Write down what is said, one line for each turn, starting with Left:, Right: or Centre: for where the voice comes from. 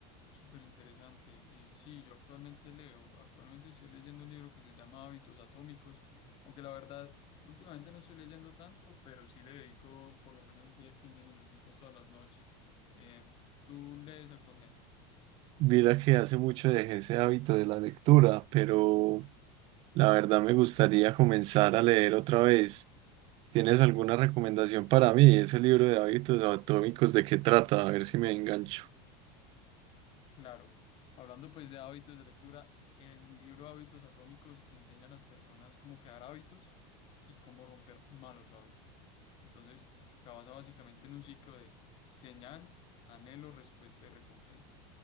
Left: súper interesante. Eh, sí, yo actualmente leo, actualmente estoy leyendo un libro que se llama Hábitos Atómicos, aunque la verdad, últimamente no estoy leyendo tanto, pero sí le dedico por lo menos 10, 15 minuticos todas las noches. Eh, ¿tú lees actualmente?
Right: Mira que hace mucho dejé ese hábito de la lectura, pero la verdad me gustaría comenzar a leer otra vez. ¿Tienes alguna recomendación para mí? Ese libro de hábitos atómicos, ¿de qué trata? A ver si me engancho.
Left: Claro, hablando pues de hábitos de lectura, el libro Hábitos Atómicos enseña a las personas cómo crear hábitos y cómo romper malos hábitos. Entonces, se basa básicamente en un ciclo de señal, anhelo, respuesta y recompensa.